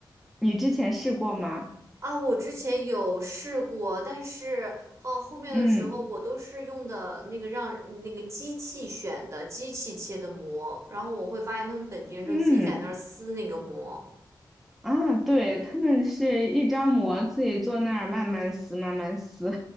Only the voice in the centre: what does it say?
你之前试过吗？
嗯
嗯。啊，对，他们是一张膜，自己坐那儿慢慢撕，慢慢撕，